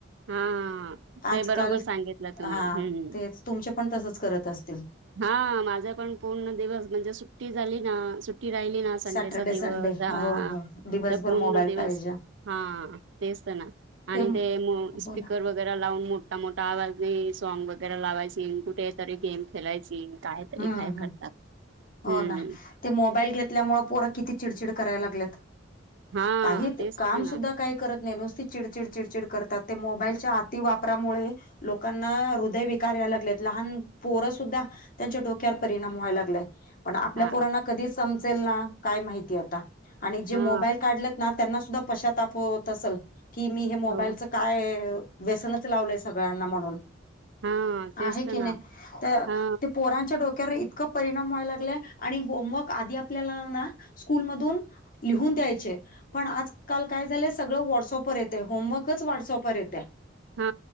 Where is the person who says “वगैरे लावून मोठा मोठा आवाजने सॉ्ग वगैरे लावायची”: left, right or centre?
Right